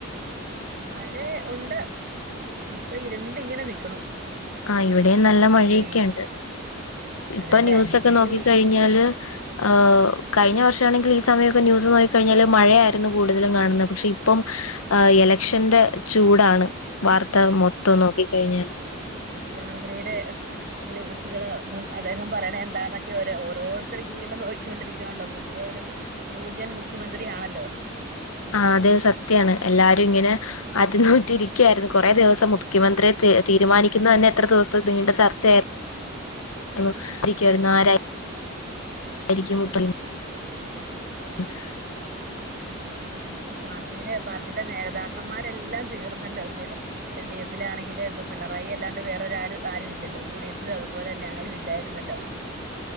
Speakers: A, on the right (about 45°); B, on the left (about 85°).
A: മഴ ഉണ്ട് ഇപ്പൊ ഇരുണ്ടിങ്ങനെ നിക്കണു
B: ആഹ് ഇവിടെയും നല്ല
A: ഉം
B: മഴയൊക്കെഉണ്ട്
A: വെയ്
B: ഇപ്പൊ
A: അതെല്ലേ
B: ന്യൂസൊക്കെ
A: ഇടിയും
B: നോക്കിക്കഴിഞ്ഞാല്
A: ഇ
B: ഹ് കഴിഞ്ഞ വർഷമാണെങ്കിൽ ഈ സമയമൊക്കെ ന്യൂസ് നോക്കി കഴിഞ്ഞാല് മഴയായിരുന്നു കൂടുതലും കാണുന്നത് പക്ഷെ ഇപ്പം ആഹ് ഇലക്ഷന്റെ ചൂടാണ് വാർത്ത മൊത്തം നോക്കിക്കഴിഞ്ഞാൽ
A: മുഖ്യമന്ത്രീടെ ന്യൂസ്കള് ഇപ്പം അദ്ദേഹം പറയ്ണ എന്താന്നൊക്കെ ഓരോര്ത്തര്ങ്ങനെ നോയിക്കൊണ്ടിരിക്കുവാണല്ലോ പുതിയ ഒര് ന്യൂജൻ മുഖ്യമന്ത്രിയാണല്ലോ
B: ആഹ് അതെ സത്യാണ് എല്ലാരുങ്ങനെ ആറ്റ് നോറ്റ് ഇരിക്ക്യായിരുന്ന് കൊറേ ദിവസം മുഖ്യമന്ത്ര്യേ തീരുമാനിക്കുന്നതെന്നെ എത്ര ദിവസത്തെ നീണ്ട ചർച്ചായി <unintelligible> ആരായി ആയിരിക്കും മുഖ്യൻ <inaudible>
A: ഒരിക്കല് പാർട്ടീടെ പാർട്ടീടെ നേതാക്കന്മാരെല്ലാം തീർന്നല്ലോ ഇതുവരെ എൽ ഡി എഫിലാണെങ്കില് ഇപ്പൊ പിണറായി അല്ലാണ്ട് വേറെറൊര് ആരും ഇല്ലോ യു ഡി എഫിലും അതുപോലെ തന്നെ ആരു ഇല്ലായിര്ന്നല്ലോ